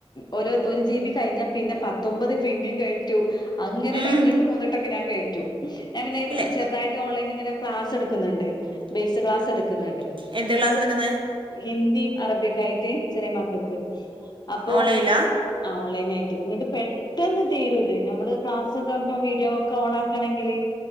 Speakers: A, on the left; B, on the right.
A: ഒരൊ ഒരു ജി ബി കഴിഞ്ഞാ പിന്നെ പത്തൊമ്പത് പിന്നിം കയറ്റു അങ്ങനെ
B: ഉം
A: രണ്ടട്ടു മൂന്നിട്ടൊക്കെ ഞ കയറ്റു ഞാ പിന്നെ
B: ഇല്ലേ
A: ചെറുതായിട്ട് ഓൺലൈനിങ്ങനെ ക്ലാസടുക്കുന്നുണ്ട് ബേസ് ക്ലാസ് എടുക്കുന്നുണ്ട്
B: എന്ത് ക്ലാസ് എടുക്കുന്നെ
A: ഹിന്ദിം അറബിയൊക്കെ ആയിട്ട് ചെറിയ മക്കൾക്ക് അപ്പോ
B: ഓൺലൈനിലാ
A: അ ഓൺലൈനായിട്ട് പെട്ടെന്ന് തീരുത് നമ്മള് ക്ലാസ്സോക്കെ ഇപ്പ വീഡിയോ ഒക്കെ ഓണാ ണെങ്കില്